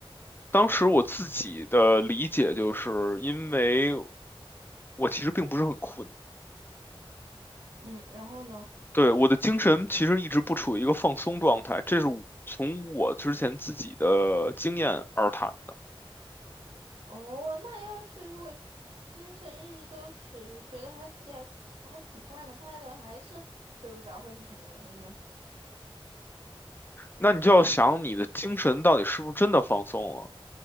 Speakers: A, on the left (about 20°); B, on the right (about 75°).
A: 当时我自己的理解就是因为我其实并不是很困。
B: 嗯，然后呢？
A: 对，我的精神其实一直不处于一个放松状态，这是我从我之前自己的经验而谈的。
B: 哦，那要是如果精神一直都处于觉得还自己还还挺看得开的，还是睡不着，会是什么原因呢？
A: 那你就要想你的精神到底是不是真的放松了？